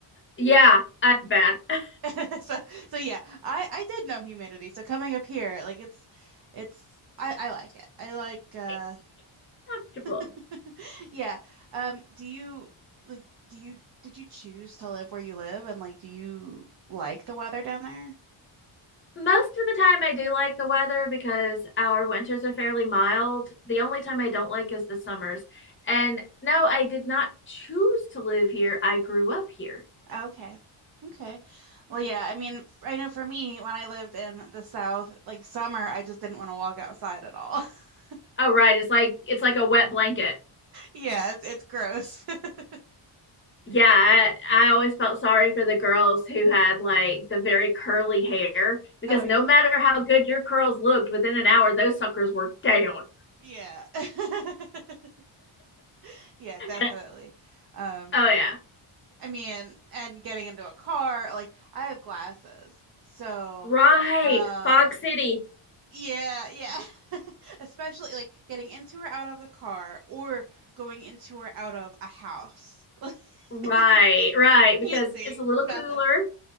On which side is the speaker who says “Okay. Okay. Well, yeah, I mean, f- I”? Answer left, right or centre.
Right